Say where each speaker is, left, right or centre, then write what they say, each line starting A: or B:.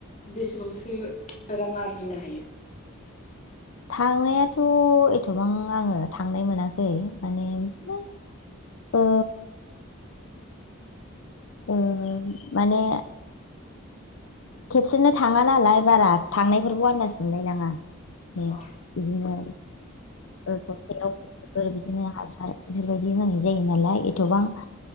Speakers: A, on the left (about 35°); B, on the left (about 80°).
A: बेसेबांसे रां आरजिनो हायो?
B: थांनायाथ' एथबां आङो थांनाय मोनाखै माने बिदिनो ओ ओ माने खेबसेनो थाङा नालाय बारा थांनायफोरखौ आन्दास मोनलायनाङा बिदिनो
A: अ
B: सबथायावफोर बिदिनो हासार बेफोरबायदि होनाय जायो नालाय एथबां